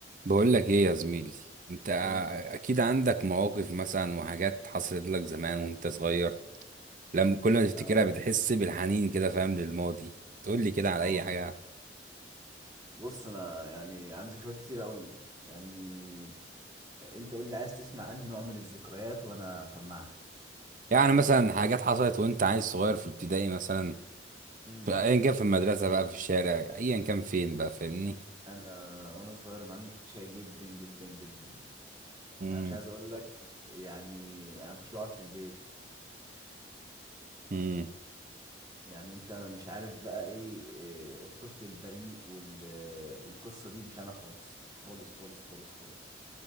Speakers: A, on the right; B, on the right.
A: بقول لك ايه يا زميلي انت
B: قول لي
A: اكيد عندك مواقف مثلا وحاجات حصلت لك زمان وانت صغير لما كل ما تفتكرها
B: اه
A: بتحس بالحنين كده فاهم للماضي تقول لي كده على
B: اه
A: اي حاجه
B: بص انا يعني عندي ذكريات كتير قوي يعني انت قول لي عايز تسمع انهي نوع من الذكريات وانا اسمعك
A: يعني مثلا حاجات حصلت وانت عيل صغير في ابتدائي مثلا
B: امم
A: في ايا كان في المدرسه بقى في الشارع ايا كان فين بقى فاهمني
B: انا وانا صغير يا معلم كنت شقي جدا جدا جدا
A: امم
B: انا مش عايز اقول لك يعني انا ما كنتش بقعد في البيت
A: امم
B: يعني انت مش عارف بقى ايه إيه، الطفل البريء وال... آه، والقصة دي مش انا خالص خالص خالص خالص خالص